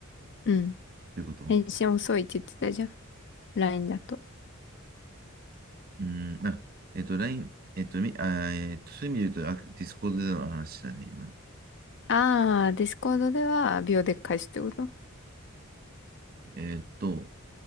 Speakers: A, on the left; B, on the right.
A: うん。
B: ということ
A: 返信遅いって言ってたじゃん。LINE だと。
B: うーん。あ、えっと、ラインえっと、み、あー、えっと、そういう意味で言うと、あディスコードでの話だね、今。
A: ああ、ディスコードでは秒で返すってこと
B: えっと、